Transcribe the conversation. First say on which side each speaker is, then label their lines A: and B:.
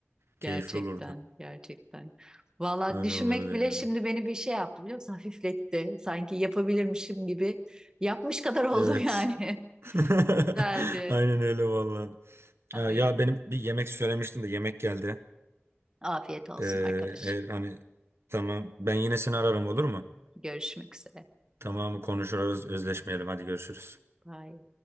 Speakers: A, on the right; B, on the right.
A: Gerçekten
B: Keyifli olurdu.
A: gerçekten. Vallahi
B: Öyle
A: düşünmek
B: olurdu
A: bile
B: yani.
A: şimdi beni bir şey yaptı biliyor musun? Hafifletti. Sanki yapabilirmişim gibi. Yapmış kadar oldum
B: Evet.
A: yani.
B: <laughs>
A: <laughs> Derdi.
B: Aynen öyle valla.
A: Aynen.
B: Ya, ya benim bir yemek söylemiştim de yemek geldi.
A: Afiyet olsun
B: Ee,
A: arkadaşım.
B: e, hani tamam ben yine seni ararım olur mu?
A: Görüşmek üzere.
B: Tamam konuşuruz özleşmeyelim hadi görüşürüz.
A: Bye.